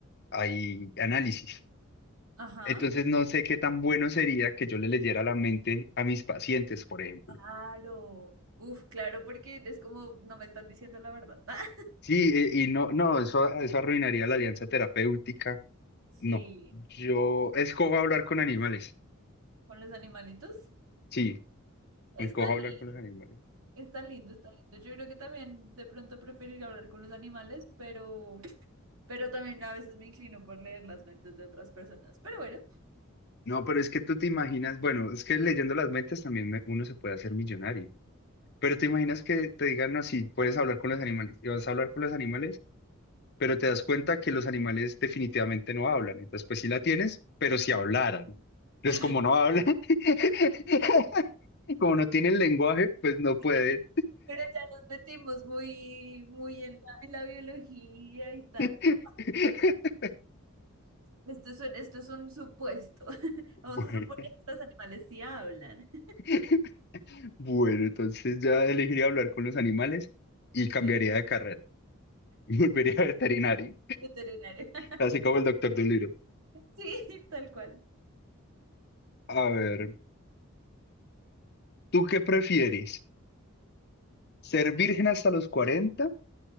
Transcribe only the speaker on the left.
hay análisis.
Entonces no sé qué tan bueno sería que yo le leyera la mente a mis pacientes, por ejemplo.
Sí, eh, y no, no, eso, eso arruinaría la alianza terapéutica.
No, yo escojo hablar con animales.
Sí,
escojo
hablar con los animales.
No, pero es que tú te imaginas, bueno, es que leyendo las mentes también me- uno se puede hacer millonario, pero te imaginas que te digan, no, si puedes hablar con los animales, y vas a hablar con los animales, pero te das cuenta que los animales definitivamente no hablan, entonces pues sí la tienes, pero si hablaran, entonces
como no hablan, <laughs> como no tienen lenguaje, pues no
pueden.
<laughs>
Bueno,
<laughs> bueno, entonces ya elegiría hablar con los animales y cambiaría
de carrera, <laughs> volvería a veterinario,
así como el doctor Dolittle.
A
ver, ¿tú qué prefieres? ¿Ser virgen hasta los 40